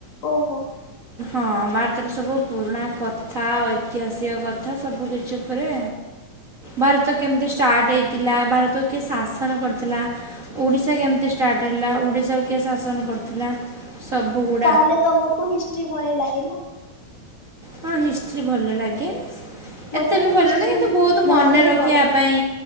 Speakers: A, on the left; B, on the right.
A: ଓହୋ।
B: ହଁ ଭାରତରେ ସବୁ ପୁରୁଣା କଥା ଐତିହାସିକ କଥା। କଥା ସବୁ କିଛି ଉପରେ ଭାରତ କେମିତି ଷ୍ଟାର୍ଟ ହେଇଥିଲା ଭାରତକୁ କିଏ ଶାସନ କରିଥିଲା। ଓଡ଼ିଶା କେମିତି ଷ୍ଟାର୍ଟ ହେଲା ଓଡ଼ିଶାକୁ କିଏ ଶାସନ କରୁଥିଲା? ସବୁଗୁଡ଼
A: ତାହେଲେ ତମକୁ ହିଷ୍ଟ୍ରି ଭୟ ଲାଗେ ନା।
B: ହଁ ହିଷ୍ଟ୍ରି ଭଲ ଲାଗେ।
A: ମତେ
B: ଏତେ ବି
A: ତ
B: ଭଲ
A: ହିଷ୍ଟ୍ରି
B: ନାଇ କିନ୍ତୁ ବହୁତ ମନେ
A: ହିଁ
B: ରଖିବା
A: ପଡେନି
B: ପାଇଁ